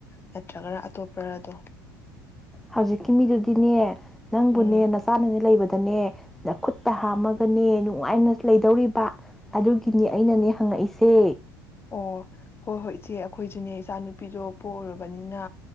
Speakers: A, on the left (about 20°); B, in the centre.
A: ꯅꯠꯇ꯭ꯔꯒꯅ ꯑꯇꯣꯞꯄꯔꯗꯣ
B: ꯍꯧꯖꯤꯛꯀꯤ ꯃꯤꯗꯨꯗꯤꯅꯦ ꯅꯪꯕꯨꯅꯦ
A: ꯎꯝ
B: ꯅ ꯆꯥꯅꯅꯦ ꯂꯩꯕꯗ ꯅꯦ ꯈꯨꯠꯇ ꯍꯥꯝꯃꯒꯅꯦ ꯅꯨꯡꯉꯥꯏꯅ ꯂꯩꯗꯧꯔꯤꯕ ꯑꯗꯨꯒꯤꯅꯤ ꯑꯩꯅꯅꯦ ꯍꯪꯉꯛꯏꯁꯦ
A: ꯑꯣ ꯍꯣꯏ ꯍꯣꯏ ꯏꯆꯦ ꯑꯩꯈꯣꯏꯁꯨꯅꯦ ꯏꯆꯥꯅꯨꯄꯤꯗꯣ ꯄꯣꯛꯎꯔꯕꯅꯤꯅ